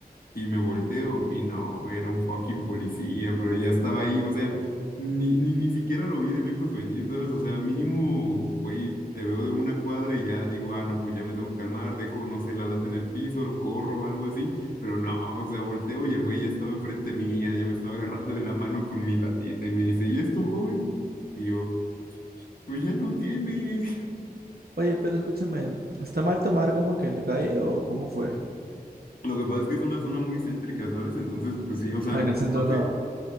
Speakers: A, on the left; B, on the right.
A: Y me volteo y no, era un fucking policía, pero ya estaba ahí, o sea, ni, ni, ni siquiera lo vi de lejos venir, ¿sabes? O sea, mínimo, güey, te veo de una cuadra y ya digo, ah, no, pues ya me tengo que calmar, dejo, no sé, la lata en el piso, lo corro o algo así, pero no, o sea, volteo y el güey ya estaba enfrente mía, ya me estaba agarrando de la mano con mi latita y me dice, ¿y esto, joven? Y yo, pues ya no tiene.
B: Oye, pero escúchame, ¿está mal tomar como que en la calle o cómo fue?
A: Lo que pasa es que es una zona muy céntrica, ¿sabes? Entonces, pues sí, o sea,
B: Ah,
A: no
B: en el centro no.
A: sé.